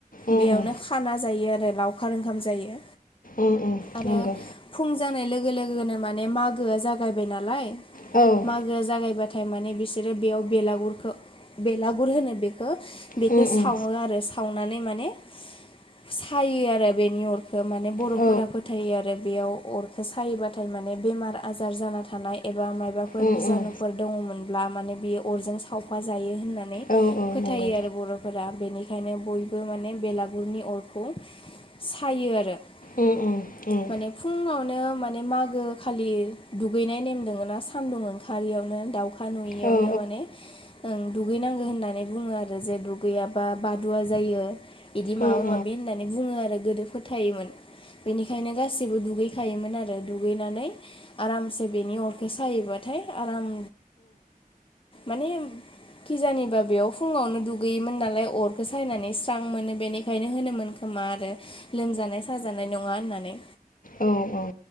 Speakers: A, on the left; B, on the left.
A: उम
B: बेयावनो
A: उम
B: खाना जायो आरो लावखार ओंखाम जायो।
A: उम उम
B: आरो
A: नंगौ
B: फुं जानाय लोगो लोगोनो माने मागोआ जागायबाय नालाय
A: औ।
B: मागोआ जागायबाथाय माने बिसोरो बेयाव बेलागुरखौ बेलागुर होनो बेखौ बेखौ
A: उम
B: सावो
A: उम
B: आरो सावनानै माने सायो आरो बेनि अ'रखौ माने बर'फोरा
A: औ
B: फोथायो आरो बेयाव अ'र सायोबाथाय माने बेमार आजार जाना थानाय एबा माइबाफोर
A: उम
B: बिजानुफोर
A: उम
B: दङ'मोन लम्बा माने बियो अ'रजों सावफा जायो होननानै
A: औ औ
B: फोथायो
A: नंगौ
B: आरो बर'फोरा बेनि ओंखायनो बयबो माने बेलागुरनि अरखौ सायो आरो।
A: उम उम।
B: <unintelligible>
A: उम
B: माने फुङावनो माने मागो खालि दुगैनाय नेम दोङो ना सान्दुं ओंखारियावनो दाउ खा नुयियावनो
A: औ औ
B: माने ओं। दुगैनांगौ होननानै बुङो आरो जे दुगैयाबा बादुवा जायो। इदि माबा
A: उम औ उम औ उम औ उम उम
B: माबि होननानै बुङो आरो गोदो फोथायोमोन। बेनिखायनो गासिबबो दुगैखायोमोन आरो दुगैनानै आरामसे बेनि अरखै सायहैबाथाय आराम मानेम खिजानिबा बेयाव फुङावनो दुगैयोमोन नालाय अरखौ सायनानै स्रां मोनो बेनिखायनो होनोमोन खोमा आरो। लोमजानाय साजानाय नङा होननानै।
A: औ औ।